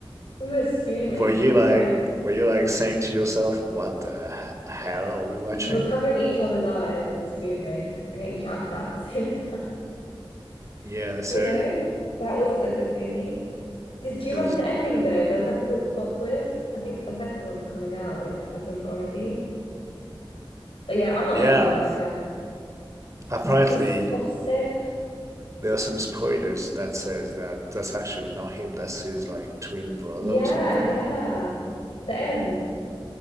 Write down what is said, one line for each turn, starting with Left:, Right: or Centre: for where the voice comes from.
Left: We were screaming,
Right: were you like
Left: like
Right: were you like saying to yourself, what the h- hell are we watching?
Left: we were covering each other's eyes and screaming and getting shouted at at the same <laughs> time,
Right: Yeah, so
Left: you know? That wasn't a good movie. Did, do you
Right: it
Left: remember
Right: was
Left: the
Right: not
Left: ending
Right: a good
Left: though?
Right: movie
Left: There
Right: at
Left: was
Right: all.
Left: like a little plot twist. I think a second one's coming out if it hasn't already. But yeah, I'm not
Right: Yeah,
Left: watching that, Annika.
Right: apparently
Left: Disgusted.
Right: there are some spoilers that says that that's actually not him, that's his like twin brother
Left: Yeah,
Right: or something.
Left: yeah. The end.